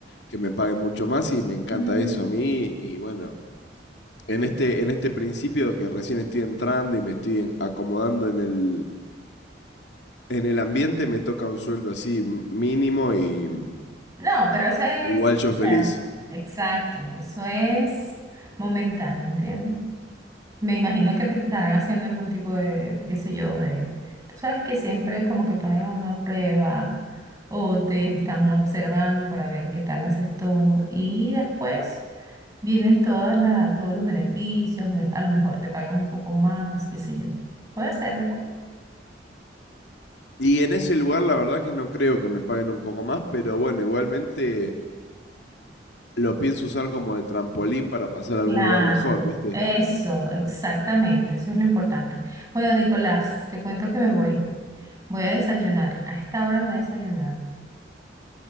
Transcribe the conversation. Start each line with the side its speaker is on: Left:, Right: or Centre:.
Left: que me paguen mucho más y me encanta
Right: Ujú.
Left: eso a mí. Y bueno, en este, en este principio que recién estoy entrando y me estoy en- acomodando en el, en el ambiente, me toca un sueldo así m- mínimo y mm,
Right: No, pero ese
Left: igual
Right: es, o
Left: yo feliz.
Right: sea, exacto, eso es momentáneo, ¿entiendes? Me imagino que te estarán haciendo algún tipo de, qué sé yo, de, tú sabes que siempre como que ponen a uno a prueba o te están observando para ver qué tal haces todo y después. Vienen todas la, todos los beneficios, me- a lo mejor te pagan un poco más, qué sé yo. Puede ser, ¿verdad?
Left: Y en ese lugar la verdad que no creo que me paguen un poco más, pero bueno, igualmente lo pienso usar como de trampolín para pasar a
Right: Claro,
Left: algún lugar mejor, ¿viste?
Right: eso, exactamente, eso es lo importante. Bueno, Nicolás, te cuento que me voy. Voy a desayunar. A esta hora no he desayunado.